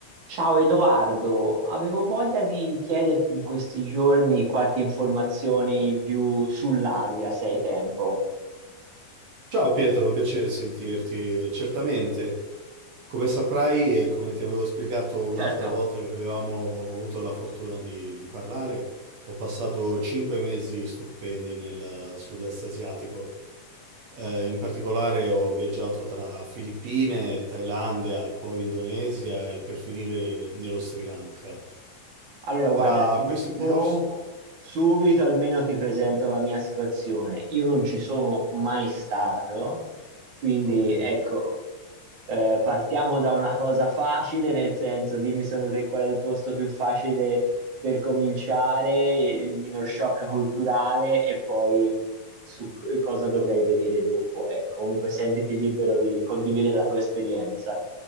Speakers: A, on the right; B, on the right.
A: Ciao Edoardo, avevo voglia di chiederti in questi giorni qualche informazione in più sull'Asia, se hai tempo.
B: Ciao Pietro, è un piacere sentirti. Certamente, come saprai e come ti avevo spiegato un'altra
A: Certo,
B: volta che avevamo avuto la fortuna di, di parlare, ho passato cinque mesi stupendi nel sud-est asiatico. Eh, in particolare ho viaggiato tra Filippine, Thailandia, poi Indonesia e per finire in- nello Sri Lanka.
A: Allora, guarda,
B: Tra
A: ti interrompo
B: questi posti,
A: subito, almeno ti presento la mia situazione. Io non ci sono mai stato, quindi
B: ok.
A: ecco. Eh, partiamo da una cosa facile, nel senso, dimmi secondo te qual è il posto più facile per cominciare, il minor shock culturale e poi su c- cosa dovrei vedere dopo. Ecco, comunque sentiti libero di condividere la tua esperienza.